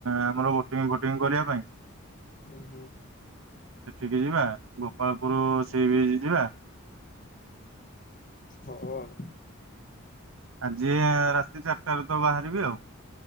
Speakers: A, on the right; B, on the left.
A: ଆମର ବୋଟିଂ ଫୋଟିଙ୍ଗ କରିବା ପାଇଁ। <inaudible>
B: ହୁଁ ହୁଁ।
A: ସେଠିକି ଯିବା ଗୋପାଳପୁର ସିବିଚ୍ ଯିବା।
B: ହଉ ଆଉ।
A: ଆଜି ରାତି ଚାରିଟାରୁ ତ ବାହାରିବେ ଆଉ।